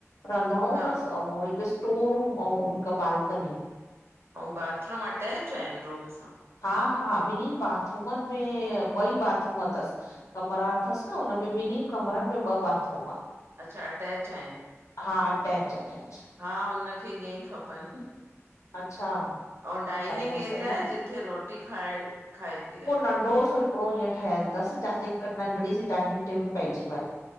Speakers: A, on the left; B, on the right.
A: रंधणो
B: हा
A: तस अऊं हिक स्टोर रूम अऊं हिक बालकनी
B: अऊं बाथरूम अटेच आइन रूम सां?
A: हा हा ॿिनींन बाथरूमन में ॿई बाथरूम तस! कमरा अथस न हुनमें ॿिनीं कमरन में ॿ बाथरूम आ!
B: अच्छा अटैच आइन?
A: हा अटैच अटैच!
B: हा हुनखे ईअं ई खपन!
A: अच्छा!
B: अऊं डाइनिंग
A: हा त पोइ सही
B: एरिया
A: आहे
B: आए
A: न
B: जिथे रोटी खाए खाएबी आ?
A: अंडोस <unintelligible> हिकड़ो हींअ ठयल तस जाते हिक नंढणी सी डाइनिंग टेबल पेजी वञे!